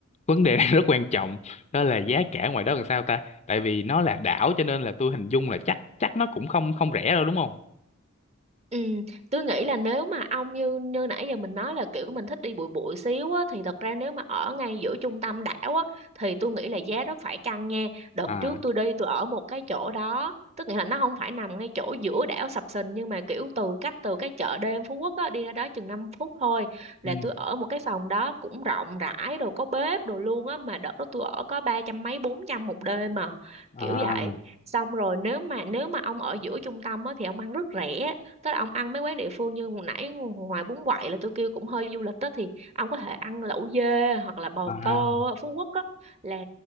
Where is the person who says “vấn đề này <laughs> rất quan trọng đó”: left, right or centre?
Left